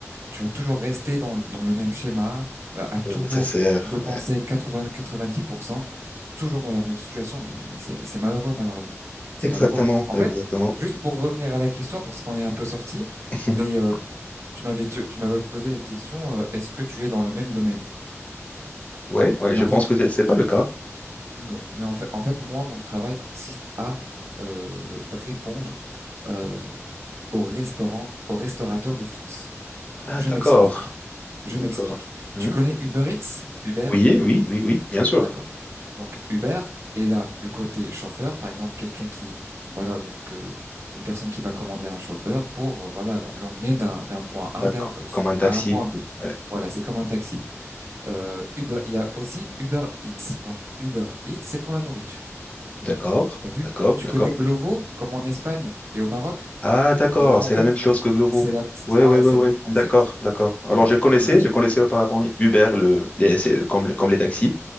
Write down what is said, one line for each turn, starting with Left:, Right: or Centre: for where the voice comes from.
Right: tu vas toujours rester dans, dans le même schéma, euh, à toujours
Left: le nécessaire.
Right: dépenser
Left: Ouais.
Right: 80, 90%, toujours dans la même situation, mais, mais c'est, c'est malheureux, malheureusement. C'est
Left: Exactement,
Right: malheureux. En
Left: exactement.
Right: fait, juste pour revenir à la question, parce qu'on est un peu sorti,
Left: <laughs>
Right: mais, euh, tu m'avais, tu, tu m'avais posé la question, euh, est-ce que tu es dans le même domaine?
Left: Ouais, ouais,
Right: Mais
Left: je
Right: en
Left: pense
Right: fait,
Left: que c'est c'est pas le cas.
Right: Non, mais en fait, en fait, moi, mon travail consiste à euh, répondre euh, aux restaurants, aux restaurateurs de France.
Left: Ah,
Right: Je
Left: d'accord,
Right: m'explique. Je
Left: d'accord.
Right: m'explique.
Left: Hmm.
Right: Tu connais Uber Eats? Uber?
Left: Oui, oui, oui, oui, bien sûr.
Right: D'accord. Donc Uber est là le côté chauffeur, par exemple, quelqu'un qui, voilà, donc euh, une personne qui va commander un chauffeur pour, euh, voilà, l'em- l'emmener d'un d'un point A
Left: Ah,
Right: d'un-
Left: co-
Right: euh,
Left: Comme un taxi.
Right: à un point B.
Left: Ouais.
Right: Voilà, c'est comme un taxi. Euh, Uber, il y a aussi Uber Eats. Donc Uber Eats, c'est pour la nourriture.
Left: D'accord,
Right: T'as vu?
Left: d'accord,
Right: Tu
Left: d'accord.
Right: connais Glovo, comme en Espagne et au Maroc?
Left: Ah, d'accord,
Right: Glovo,
Left: c'est
Right: en fait,
Left: la même chose que Glovo.
Right: c'est la, c'est-
Left: Oui,
Right: voilà,
Left: oui, oui,
Right: c'est
Left: oui,
Right: le même concept.
Left: d'accord, d'accord. Alors,
Right: Voilà.
Left: je connaissais,
Right: Mais,
Left: je connaissais auparavant Uber le, les, c'est comme, le- comme les taxis,